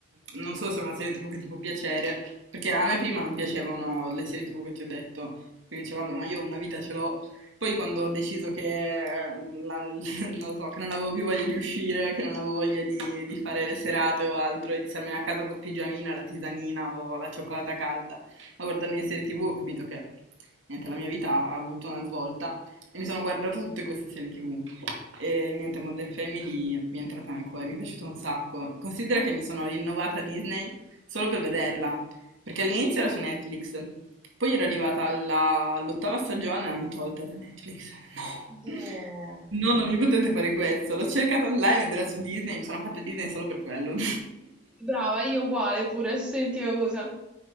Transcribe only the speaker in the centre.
No.
Brava, io uguale pure, senti una cosa.